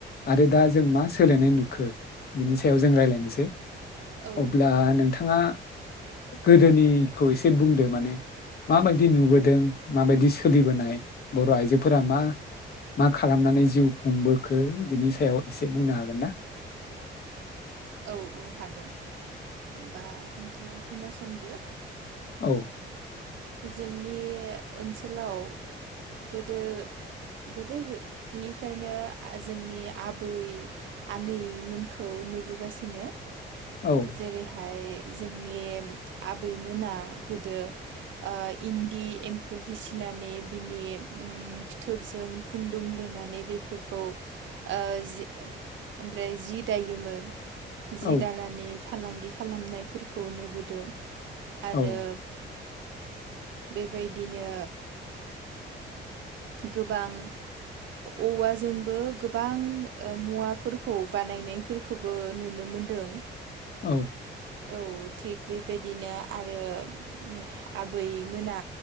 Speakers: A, on the left (about 50°); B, on the right (about 70°).
A: आरो दा जों मा सोलायनाय नुखो बिनि सायाव जों रायज्लायनोसै
B: औ औ
A: अब्ला नोंथाङा गोदोनिखौ एसे बुंदों। माने माबायदि नुबोदों माबायदि सोलिबोनाय बर' आइजोफोरा मा मा खालामनानै जिउ खुंबोखो बिनि सायाव एसे बुंनो हागोन ना?
B: औ औ हागोन होमबा नोंथाङा खोनासंदो।
A: औ
B: जोंनि ओनसोलाव गोदो गोदोनिफ्रायनो जोंनि आबै आनैमोनखौ नुबोगासिनो।
A: औ
B: जेरैहाय जोंनि आबैमोना गोदो इन्दि एम्फौ फिसिनानै बिनि ओम फिथोबजों खुन्दुं लुानै बेफोरखौ ओमफ्राय जि दायोमोन। जि
A: औ
B: दानानै। फालांगि खालामनायफोरखौ नुबोदों। आरो।
A: औ
B: बेबायदिनो। गोबां औवाजोंबो गोबां मुवाफोरखौ बानायनायफोरखौबो नुनो मोनदों।
A: औ।
B: औ थिग बेबायदिनो आरो ओ आबैमोना